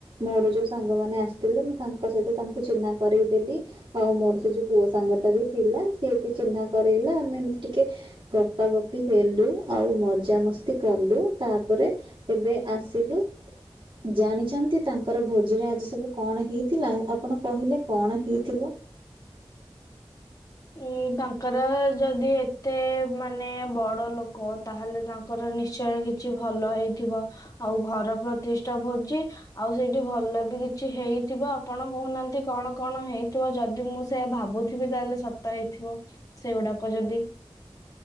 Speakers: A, on the right; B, on the left.
A: ମୋର ଯୋଉ ସାଙ୍ଗମାନେ ଆସିଥିଲେ ମୁଁ ତାଙ୍କ ସହିତ ତା ଙ୍କୁ ଚିହ୍ନା କରେଇଦେଲି ଆଉ ମୋର ସେ ଯୋଉ ପୁଅ ସାଙ୍ଗଟା ବି ଥିଲା ସିଏ ବି ଚିହ୍ନା କରାଇଲା ଆମେ ଟିକେ ଗପା ଗପି ହେଲୁ ଆଉ ମଜା ମସ୍ତି କଲୁ ତାପରେ ଏବେ ଆସିଲୁ। ଜାଣିଛନ୍ତି ତାଙ୍କର ଭୋଜିରେ ଆଜି ସବୁ କଣ ହେଇଥିଲା ଆପଣ କହିଲେ କଣ ହେଇଥିବ? <inaudible>
B: ଉଁ ତାଙ୍କର ଯଦି ଏତେ ମାନେ ବଡ଼ ଲୋକ ତାହେଲେ ତାଙ୍କର ନିଶ୍ଚୟ କିଛି କିଛି ଭଲ ହେଇଥିବ ଆଉ ଘର ପ୍ରତିଷ୍ଠା ଭୋଜି ଆଉ ସେଇଠି ଭଲ ବି କିଛି ହେଇ ହେଇଥିବ ଆପଣ କହୁନାହାନ୍ତି କଣ କଣ ହେଇଥିବ ଯଦି ମୁଁ ସେଇଆ ଭାବୁଥିବି ତାହେଲେ ସତ୍ ତ ହେଇଥିବ ସେଗୁଡାକ ଯଦି।